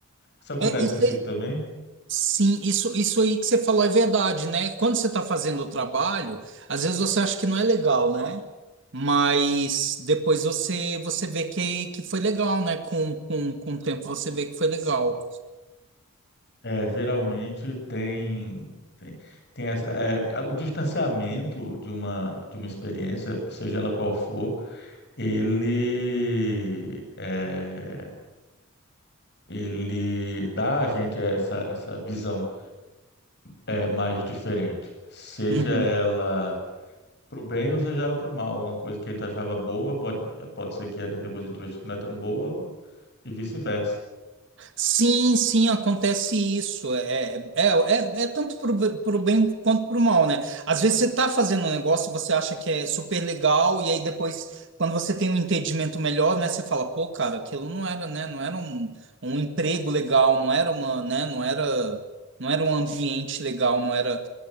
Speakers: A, on the left; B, on the right.
A: Isso acontece
B: É, isso
A: contigo
B: aí-
A: também?
B: sim, isso, isso aí que você falou é verdade, né? Quando você tá fazendo o trabalho, às vezes você acha que não é legal, né? Mas depois você você vê que, que foi legal, né? Com, com, com o tempo você vê que foi legal.
A: É, geralmente tem tem, tem essa é, o distanciamento de uma de uma experiência, seja ela qual for, ele é, ele dá a gente essa essa visão é, mais diferente, seja
B: Uhum.
A: ela Pro bem ou seja ela pro mal. Uma coisa que a gente achava boa, pode, pode ser que a gente, depois a gente veja que não é tão boa, e vice-versa.
B: Sim, sim, acontece isso. É, é, é, é é tanto para o bem quanto para o mal, né? Às vezes você está fazendo um negócio e você acha que é super legal, e aí depois, quando você tem um entendimento melhor, né, você fala, pô, cara, aquilo não era, né? Não era um, um emprego legal, não era uma, né? Não era, não era um ambiente legal, não era.